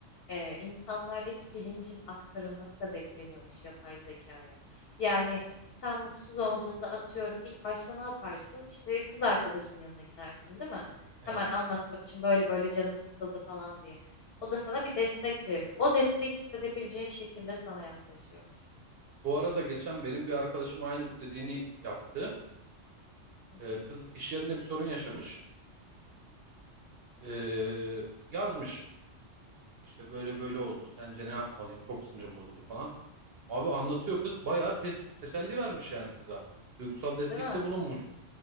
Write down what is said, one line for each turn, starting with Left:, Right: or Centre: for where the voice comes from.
Left: e, insanlardaki bilincin aktarılması da bekleniyormuş yapay zekaya. Yani sen mutsuz olduğunda atıyorum ilk başta ne yaparsın? İşte kız arkadaşının yanına gidersin, değil mi?
Right: Evet.
Left: Hemen anlatmak için böyle böyle canım sıkıldı falan diye. O da sana bir destek verir. O desteği hissedebileceğin şekilde sana yaklaşıyormuş.
Right: Bu arada geçen benim bir arkadaşım aynı bu dediğini yaptı.
Left: Hı hı.
Right: Ee, kız iş yerinde bir sorun yaşamış. Ee, yazmış. İşte böyle böyle oldu. Sence ne yapmalıyım? Çok sinirim bozuldu falan. Abi anlatıyor kız. Bayağı tes- teselli vermiş yani kıza. Duygusal destekte
Left: Değil mi?
Right: bulunmuş.